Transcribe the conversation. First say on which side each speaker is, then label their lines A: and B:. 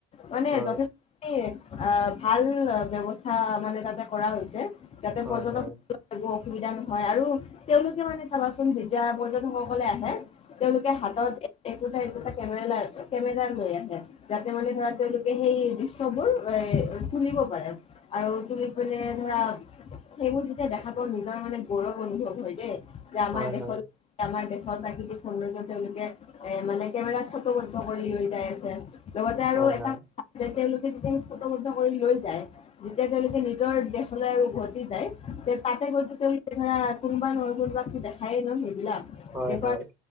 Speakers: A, on the left; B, on the right.
A: মানে
B: হয়
A: <unintelligible> আহ ভাল ব্যৱস্থা মানে তাতে কৰা হৈছে। ইাতে
B: হয়
A: পৰ্যটক
B: হয়
A: একো অসুবিধা নহয় আৰু তেওঁলোকে মানে চাবাচোন যেতিয়া পৰ্যটকসকলে আহে তেওঁলোকে হাতত একোটা, একোটা কেমেৰা লৈ কেমেৰা লৈ আহে। যাতে মানে ধৰা তেওঁলোকে সেই দৃশ্যবোৰ এ তুলিব পাৰে। আৰু তুলি <unintelligible> ধৰা সেইবোৰ যেতিয়া দেখা পাওঁ নিজৰ মানে গৌৰৱ অনুভৱ হয় দেই। যে আমাৰ
B: হয়
A: দেশৰ
B: হয়
A: আমাৰ দেশৰ প্ৰাকৃতিক <unintelligible> তেওঁলোকে এ মানে কেমেৰাত ফটো <unintelligible> কৰি লৈ যাই আছে লগতে আৰু
B: হয়
A: এটা
B: হয়
A: <unintelligible> তেওঁলোকে <unintelligible> ফত <unintelligible> কৰি লৈ যায়। যেতিয়া তেওঁলোকে নিজৰ দেশলৈ উভতি যায় তাতে গৈ <unintelligible> কোনবা নহয় কোনবাকটো দেখায়ে ন সেইবিলাক।
B: হয়
A: দেখুৱ
B: হয় হয় হয়